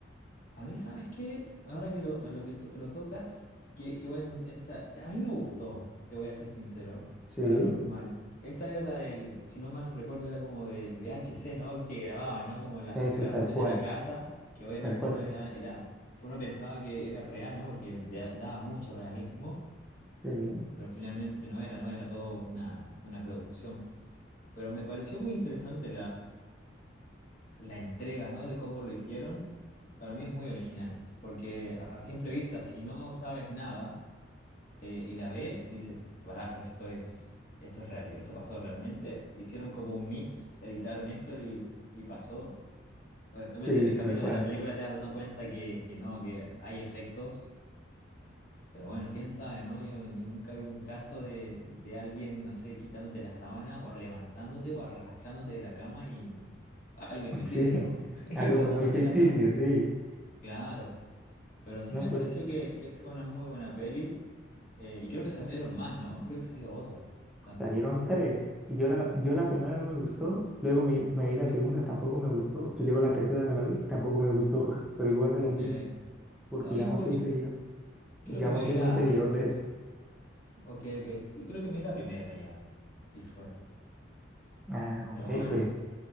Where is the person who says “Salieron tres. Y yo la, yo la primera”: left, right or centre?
Centre